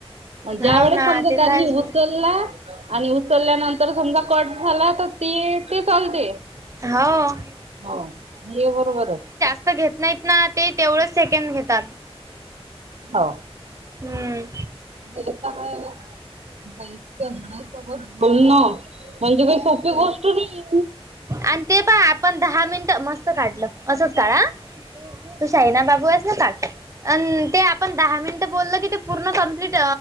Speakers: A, on the right; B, on the right.
A: ज्या
B: हाव
A: वेळेस
B: ना
A: समजा
B: ते
A: त्यांनी
B: तर आहेच ना
A: उचला, आणि उचलल्यानंतर समजा. कट झाला तर ते, ते चालते.
B: हां..
A: हो. हे बरोबर आहेच.
B: तसं घेत नाहीत ना, ते तेवढंच सेकंड घेतात.
A: हो
B: हम्म
A: <unintelligible> काही इतक्या जणानं सोबत बोल न, काही सोपी गोष्ट नाही.
B: आणि ते पहा आपण दहा मिनिट. मस्त काढलं असंच काढ हं. तू शाहिना बाबू आहेस. ना काड. अ ते आपण दहा मिनटं बोललं की ते, पूर्ण कंप्लीट